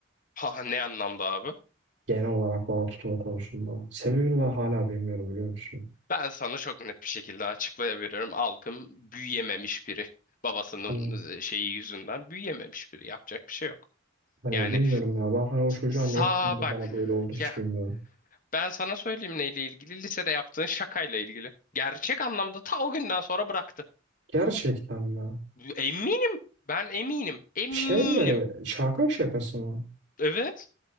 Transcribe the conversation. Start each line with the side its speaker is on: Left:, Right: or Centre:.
Left: Ha, ne anlamda abi?
Right: Genel olarak bana tutumu konusunda. Sebebini ben hala bilmiyorum biliyor musun?
Left: Ben sana çok net bir şekilde açıklayabilirim. Alkım büyüyememiş biri. Babasının
Right: Hani
Left: e, şeyi yüzünden büyüyememiş biri. Yapacak bir şey yok.
Right: Hani
Left: Yani
Right: bilmiyorum ya. Ben hani o çocuğa
Left: sağ
Right: ne ettim de
Left: bak.
Right: bana böyle oldu hiç
Left: Ya
Right: bilmiyorum.
Left: ben sana söyleyeyim neyle ilgili? Lisede yaptığın şakayla ilgili. Gerçek anlamda ta o günden sonra bıraktı.
Right: Gerçekten mi?
Left: Eminim. Ben eminim. Eminim.
Right: Şey mi? Şaka şakası mı?
Left: Evet.